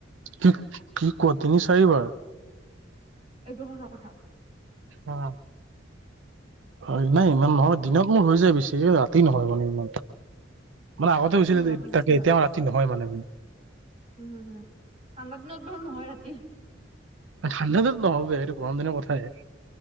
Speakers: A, on the right; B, on the right.
A: কি কি কোৱা তিনি চাৰিবাৰ।
B: এইটো সঁচা কথা।
A: অঁ হয়। নাই ইমান নহয় দিনত মোৰ হৈ যায় বেছি ৰাতি নহয় মানে ইমান। মানে আগতে হৈছিলে
B: মোৰ
A: যে
B: ৰাতি বেছি
A: তাকে এতিয়া ৰাতি নহয় মানে মোৰ।
B: হুম হুম ঠাণ্ডা দিনত বাৰু নহয় ৰাতি।
A: ঠাণ্ডাতো নহ'ব এইটো গৰম দিনৰ কথাহে।